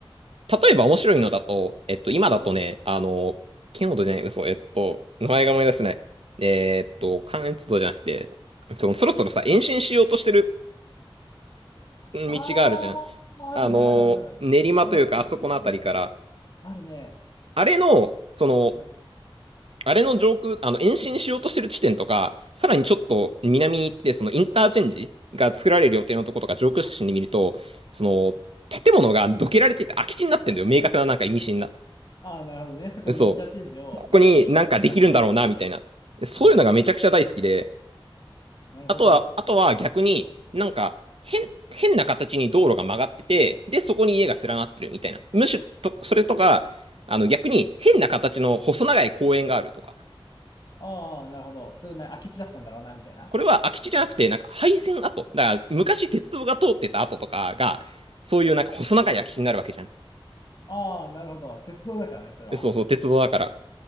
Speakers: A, on the right (about 80°); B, on the left (about 40°).
A: 例えば面白いのだと、えっと、今だとね、
B: うん
A: あの、キノードじゃない、嘘、えっと、名前が思い出せない。えーっと、関越道じゃなくて、そのそろそろさ、延伸しようとしてる道があるじゃん。
B: あああるね、
A: あの、
B: あるある。
A: 練馬というか、
B: まだつながってるみたいな。
A: あそこのあたりから、
B: あるね。
A: あれの、その、
B: うん、
A: あれの上空、あの、延伸しようとしてる地点とか、さらにちょっと南に行って、そのインターチェンジが作られる予定のとことか、上空写真で見ると、その、建物がどけられていて空き地になってんだよ。明確ななんか意味深な。
B: あー、なるほどね。そこにインターチェンジを未来置くから。
A: そう。ここになんかできるんだろうな、みたいな。そういうのがめちゃくちゃ大好きで。
B: うんうん。なるほど。
A: あとは、あとは逆になんか変、変な形に道路が曲がってて、で、そこに家が連なってるみたいな。むしろ、と、それとか、あの逆に変な形の細長い公園があるとか。
B: ああなるほど。それな、空き地だったんだろうな、みたいな。
A: これは空き地じゃなくて、なんか廃線跡。だから昔鉄道が通ってた跡とかが、そういうなんか細長い空き地になるわけじゃん。
B: ああなるほど。鉄道だからね、それは。
A: そうそう、鉄道だから。